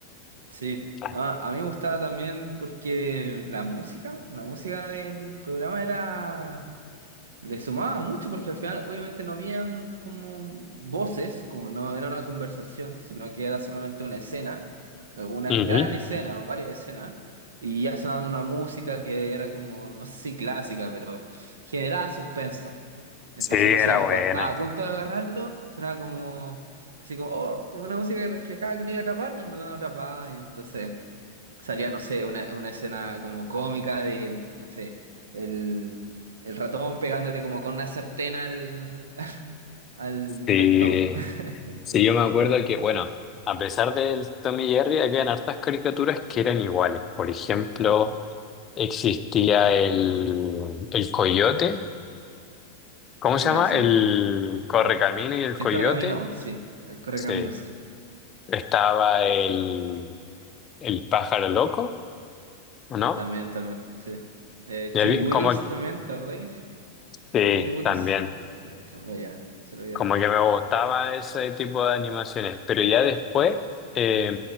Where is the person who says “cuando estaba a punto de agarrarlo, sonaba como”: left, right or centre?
Right